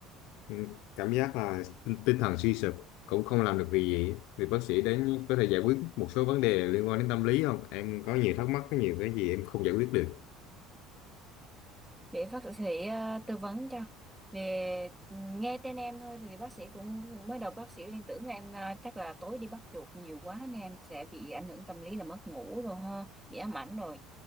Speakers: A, on the left; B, in the centre.
A: ừ, cảm giác là tinh, tinh thần suy sụp, cũng không làm được việc gì. Thì bác sĩ đến có thể giải quyết một số vấn đề liên quan đến tâm lý không? Em có nhiều thắc mắc, có nhiều cái gì em không giải quyết được.
B: để bác sĩ ờ, tư vấn cho về nghe tên em thôi thì bác sĩ cũng mới đầu bác sĩ liên tưởng là em ờ, chắc là tối đi bắt chuột nhiều quá nên em sẽ bị ảnh hưởng tâm lý là mất ngủ rồi ha bị ám ảnh rồi